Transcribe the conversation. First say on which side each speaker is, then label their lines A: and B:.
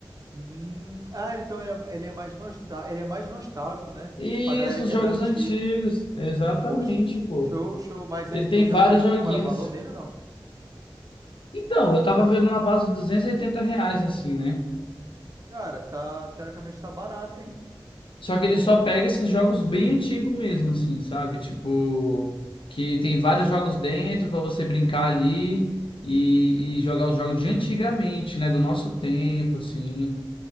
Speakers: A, on the right; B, on the left.
A: Hum, ah, então ele é, ele é mais nostal, ele é mais nostálgico, né?
B: Isso,
A: Pra galera que
B: os jogos
A: é da antiga.
B: antigos. Exatamente,
A: Poxa,
B: pô.
A: show, show. Mas
B: Ele
A: é, tu
B: tem
A: já
B: vários
A: viu
B: joguinhos.
A: qual é o valor dele ou não?
B: Então, eu tava vendo na base de 280 reais, assim, né?
A: Cara, tá, teoricamente tá barato, hein?
B: Só que ele só pega esses jogos bem antigos mesmo, assim, sabe? Tipo, que tem vários jogos dentro pra você brincar ali e, e jogar os jogos de antigamente, né? Do nosso tempo, assim.